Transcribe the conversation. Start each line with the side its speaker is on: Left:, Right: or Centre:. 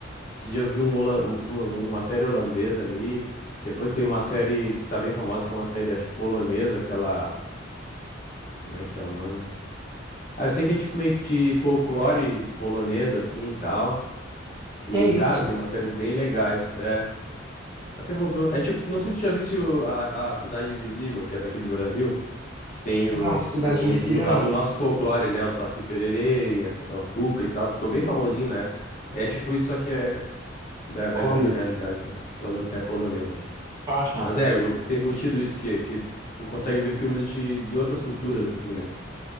Left: Esse dia eu vi um, holan- um filme, uma série holandesa ali. Depois tem uma série que tá bem famosa, que é uma série, acho, polonesa, aquela. Como é que é o nome? Ah, eu sei que é tipo meio que de folclore polonesa, assim e tal. E,
Right: é isso?
Left: cara, tem umas séries bem legais. É, até vou ver. É tipo, não sei se tu já viu a, a Cidade Invisível, que é daqui do Brasil, que tem os,
Right: Não, Cidade
Left: no,
Right: Invisível
Left: o- no caso,
Right: não.
Left: o nosso folclore, né? O Saci Pererê, a, o Cuca e tal, que ficou bem famosinho na época. É tipo isso, só que é da, daquela
Right: Holandês.
Left: realidade lá. Polo- É polonesa, acho.
Right: Ah, tá.
Left: Mas é, eu tenho curtido isso, que, que tu consegue ver filmes de, de outras culturas, assim, né?